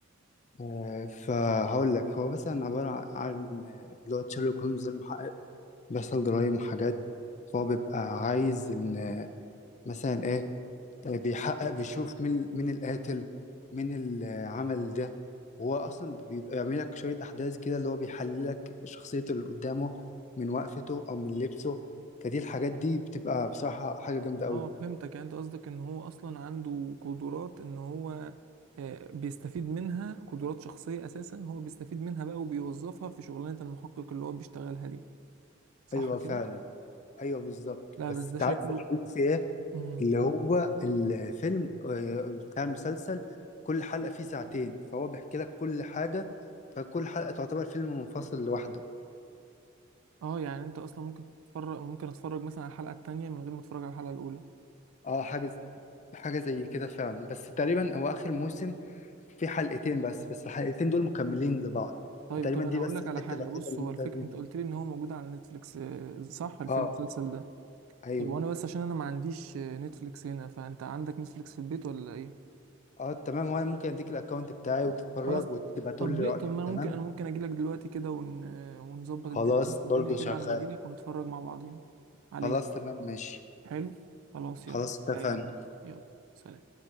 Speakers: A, on the left; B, on the right.
A: آه، فهقول لك هو مثلا عبارة عن آه، اللي هو تشيرلوك هولمز ده المحقق بيحصل جرايم وحاجات فهو بيبقى عايز إن آه، مثلا إيه بيحقق بيشوف مين مين القاتل مين اللي عمل ده هو اصلا بيبقى بيعمل لك شويه احداث كده اللي هو بيحلل لك شخصيته اللي قدامه من وقفته او من لبسه فدي الحاجات دي بتبقى بصراحه حاجه جامده قوي
B: اه فهمتك يعني انت قصدك ان هو اصلا عنده قدرات ان هو آه، بيستفيد منها قدرات شخصية اساسا هو بيستفيد منها بقى وبيوظفها في شغلانة المحقق اللي هو بيشتغلها دي صح
A: ايوه
B: كده
A: فعلا ايوه بالظبط
B: لا
A: بس
B: بس ده
A: انت
B: شكله
A: عارف الحلو في ايه
B: مم.
A: اللي هو الفيلم آه، بتاع المسلسل كل حلقه فيه ساعتين فهو بيحكي لك كل حاجه فكل حلقه تعتبر فيلم منفصل لوحده
B: اه يعني انت اصلا ممكن تتفرج ممكن اتفرج مثلا على الحلقه التانية من غير ما اتفرج على الحلقه الاولى
A: اه حاجه حاجة زي كده فعلا بس تقريبا هو آخر موسم في حلقتين بس بس الحلقتين دول مكملين لبعض
B: طيب
A: فتقريبا
B: طب انا
A: دي
B: اقول
A: بس
B: لك
A: الحتة
B: على حاجه
A: الوحيدة
B: بص
A: اللي
B: هو
A: انت
B: الفكره
A: لازم
B: انت
A: تت-
B: قلت لي ان هو موجود على نتفليكس آه، صح الفيلم
A: اه
B: المسلسل ده
A: ايوه
B: طب وانا بس عشان انا ما عنديش آه، نتفليكس هنا فانت عندك نتفليكس في البيت ولا ايه
A: اه تمام وانا ممكن اديك الاكونت بتاعي وتتفرج
B: خلاص
A: وتبقى تقول
B: طب
A: لي
B: ليه
A: رأيك
B: طب ما انا
A: تمام
B: ممكن انا ممكن اجي لك دلوقتي كده ون... آه، ونظبط الد-
A: خلاص
B: الدنيا
A: برضو
B: كده
A: شغال
B: على ما اجي لك ونتفرج مع بعضين عليه
A: خلاص تمام ماشي
B: حلو خلاص
A: خلاص
B: يلا
A: اتفقنا
B: جاي لك دلوقتي يلا سلام